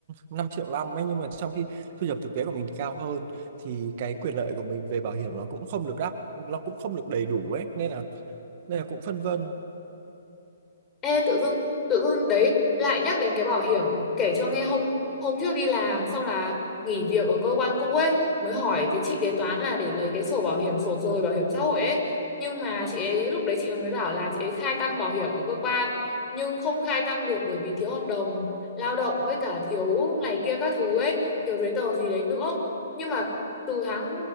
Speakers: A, on the right; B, on the left.
A: năm triệu năm ấy nhưng mà trong khi thu nhập thực tế của mình thì cao hơn thì cái quyền lợi của mình về bảo hiểm nó cũng không được đáp nó cũng không được đầy đủ ấy nên là nên là cũng phân vân
B: Ê tự dưng tự dưng đấy lại nhắc đến cái bảo hiểm kể cho nghe hôm hôm trước đi làm xong là nghỉ việc ở cơ quan cũ ấy mới hỏi cái chị kế toán là để lấy cái sổ bảo hiểm sổ rồi bảo hiểm xã hội ấy nhưng mà chị ấy lúc đấy chị mới bảo là chị ấy khai tăng bảo hiểm ở cơ quan nhưng không khai tăng được bởi vì thiếu hợp đồng lao động với cả thiếu này kia các thứ ấy thiếu giấy tờ gì đấy nữa nhưng mà từ tháng